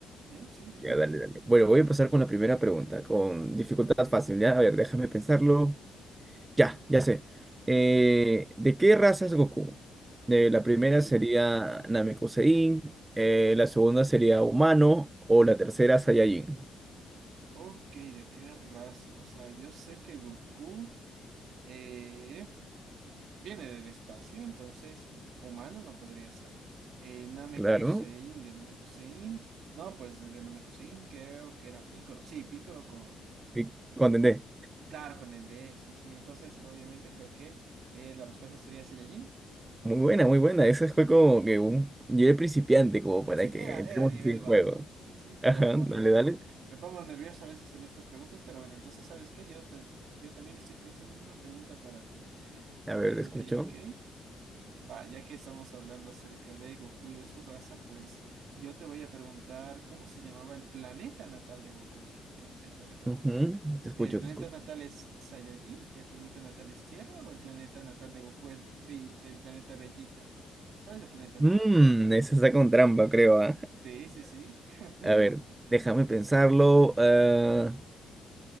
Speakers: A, on the right; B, on the right.
A: bien, sí, sí,
B: Ya,
A: sí.
B: dale, dale. Bueno, voy a empezar con la primera pregunta, con dificultad fácil, ¿ya? A ver, déjame pensarlo. Ya, ya sé. Eh, ¿de qué raza es Goku? De la primera
A: Ok.
B: sería Namekusein, eh, la segunda sería humano o la tercera Saiyajin.
A: Ok, ¿de qué raza? O sea, yo sé que Goku eh, viene del espacio, entonces humano no podría ser. Eh, Namekusein,
B: Claro, ¿no?
A: de Namekusein, no, pues desde Namekusein creo que era Picoro. Sí, Picoro con,
B: Y Contendé.
A: claro, con el D, sí, sí. Entonces, obviamente creo que eh, la respuesta sería Saiyajin.
B: Muy buena, muy buena. Ese fue como que un... Yo era principiante, como para
A: Sí,
B: que
A: era,
B: entremos
A: era nivel
B: así en
A: bajo,
B: juego.
A: sí, sí, pero
B: Ajá,
A: como
B: dale,
A: te digo,
B: dale.
A: ah, me pongo nervioso a veces en estas preguntas, pero bueno, entonces, ¿sabes qué? Yo, te- yo también estoy pensando en una pregunta para ti. Ok,
B: A ver, te escucho.
A: ok, ok. Va, ya que estamos hablando acerca de Goku y de su raza, pues yo te voy a preguntar cómo se llamaba el planeta natal de Goku, ¿ya? El planeta
B: Ujú,
A: natal.
B: Te escucho,
A: ¿El planeta
B: te escucho.
A: natal es Saiyajin? ¿El planeta natal es Tierra? ¿O el planeta natal de Goku es Be- el planeta Bellita? ¿Cuál es el planeta
B: Mmm,
A: natal de Goku?
B: esa está con trampa, creo, ¿ah?
A: Sí, sí, sí.
B: <laughs>
A: <laughs>
B: A ver, déjame pensarlo. ah,